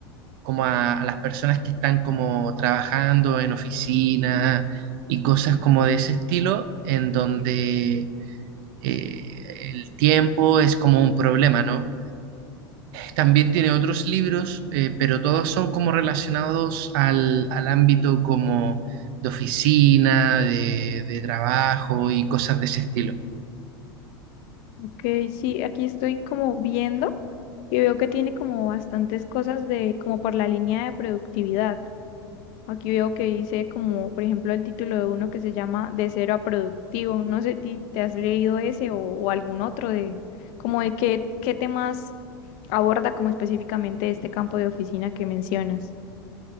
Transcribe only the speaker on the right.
como a, a las personas que están como trabajando en oficina y cosas como de ese estilo, en donde eh, el tiempo es como un problema, ¿no? También tiene otros libros, eh, pero todos son como relacionados al, al ámbito como de oficina, de, de trabajo y cosas de ese estilo.